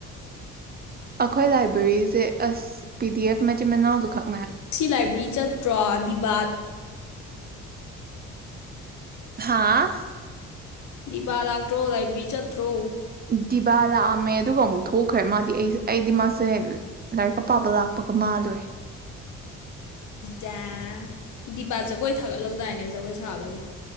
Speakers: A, on the right (about 30°); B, on the left (about 70°).
A: ꯑꯈꯣꯏ ꯂꯥꯏꯕ꯭ꯔꯦꯔꯤꯁꯦ ꯑꯁ ꯄꯤ ꯗꯤ ꯑꯦꯐ ꯃꯆꯤꯟ ꯃꯅꯥꯎꯗꯨ ꯈꯛ
B: ꯉꯁꯤ ꯂꯥꯏꯕ꯭ꯔꯦꯔꯤ ꯆꯠꯇ꯭ꯔꯣ ꯗꯤꯕꯥꯜ
A: ꯍꯥꯥ
B: ꯗꯤꯕꯥ ꯂꯥꯛꯇ꯭ꯔꯣ ꯂꯥꯏꯕ꯭ꯔꯦꯔꯤ ꯆꯠꯇ꯭ꯔꯣ
A: ꯗꯤꯕꯥ ꯂꯥꯛꯑꯝꯃꯦ ꯑꯗꯨꯒ ꯑꯃꯨꯛ ꯊꯣꯛꯈ꯭ꯔꯦ ꯃꯥꯗꯤ ꯑꯩ ꯑꯩꯗꯤ ꯃꯥꯁꯦ ꯂꯥꯏꯔꯤꯛꯀ ꯄꯥꯕ ꯂꯥꯛꯄ ꯑꯃꯥꯜꯂꯣꯏ
B: ꯗꯥ ꯗꯤꯕꯥ ꯖꯒꯣꯏ ꯊꯥꯒꯠꯍꯧꯗꯥꯏꯅꯦ ꯖꯒꯣꯏ ꯁꯥꯕꯒꯤ